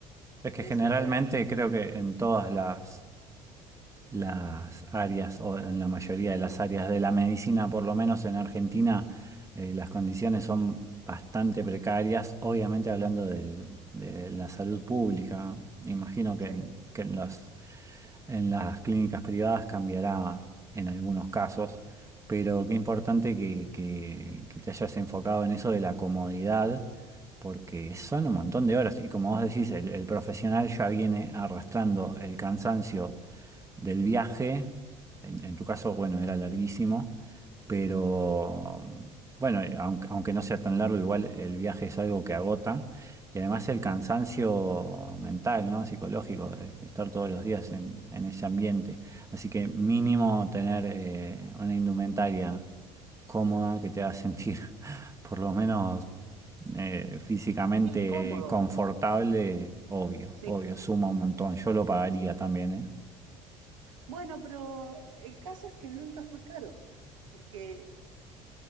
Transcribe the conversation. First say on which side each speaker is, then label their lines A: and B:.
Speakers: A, on the right (about 20°); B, on the right (about 85°).
A: Es que
B: eso,
A: generalmente creo que en todas las las áreas, o en la mayoría de las áreas de la medicina, por lo menos en Argentina, eh, las condiciones son bastante precarias, obviamente hablando del- de la salud pública. Me imagino que
B: sí,
A: en, que en las, en las clínicas privadas cambiará en algunos casos, pero qué importante que, que que te hayas enfocado en eso de la comodidad. Porque son un montón de horas y como vos decís, el el profesional ya viene arrastrando el cansancio del viaje. En, en tu caso, bueno, era larguísimo, pero
B: Mm,
A: bueno, aunque, aunque no sea tan largo, igual el viaje es algo que agota. Y además el cansancio mental, ¿no? Psicológico, de, de estar todos los días en, en ese ambiente. Así que mínimo tener eh, una indumentaria cómoda que te haga sentir <laughs> por lo menos eh, físicamente
B: sí, cómodo,
A: confortable, obvio,
B: sí,
A: obvio, suma un montón. Yo lo pagaría
B: sí.
A: también, ¿eh?
B: Bueno, pero el caso es que nunca fue caro, porque